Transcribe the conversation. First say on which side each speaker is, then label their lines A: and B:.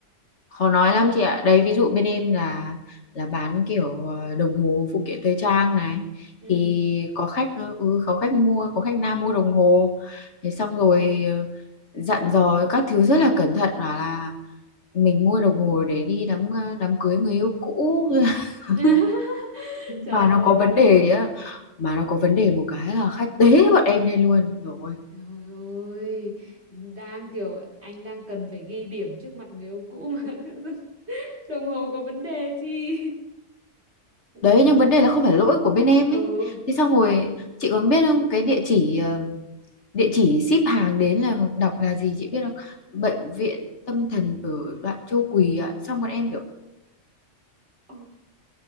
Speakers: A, on the left; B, on the right.
A: khó nói lắm chị ạ đấy ví dụ bên em là là bán kiểu ờ, đồng hồ phụ kiện thời trang này
B: Ừ.
A: thì có khách ờ, ừ, có khách mua có khách nam mua đồng hồ thế xong rồi ờ, dặn dò các thứ rất là cẩn thận bảo là mình mua đồng hồ để đi đám ờ, đám cưới người yêu cũ
B: <laughs>
A: <laughs>
B: Trời
A: mà nó có vấn
B: ơi.
A: đề đấy ạ. mà nó có vấn đề một cái là khách tế bọn em lên luôn rồi
B: Trời ơi, đang kiểu anh đang cần phải ghi điểm trước mặt người yêu cũ mà <laughs> đồng hồ có vấn đề chi cũng
A: đấy
B: quơ
A: nhưng vấn đề là không phải lỗi của bên em
B: ừ
A: ấy thế xong rồi chị còn biết không cái địa chỉ ờ, địa chỉ ship hàng đến là đọc là gì chị biết không bệnh viện tâm thần ở đoạn Châu Quỳ ạ xong bọn em kiểu
B: Ồ,